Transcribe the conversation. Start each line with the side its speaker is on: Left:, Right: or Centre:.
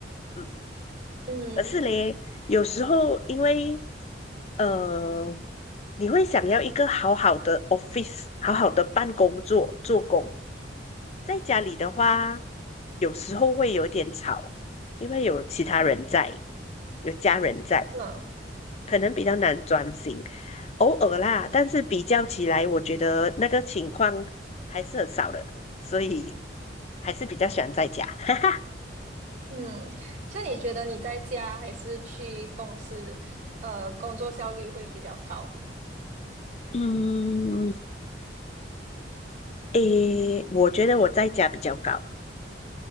Left: 嗯，
Right: 嗯，
Left: 但是嘞，有时候因为呃你会想要一个好好的 office，好好的办公桌做工。在家里的话，有时候会有点吵，因为有其他人在，有家人在，
Right: 嗯
Left: 可能比较难专心。偶尔啦，但是比较起来，我觉得那个情况还是很少的，所以还是比较喜欢在家。<laughs>
Right: 嗯，像你觉得你在家还是去公司，呃，工作效率会比较高？
Left: 嗯，诶，我觉得我在家比较高，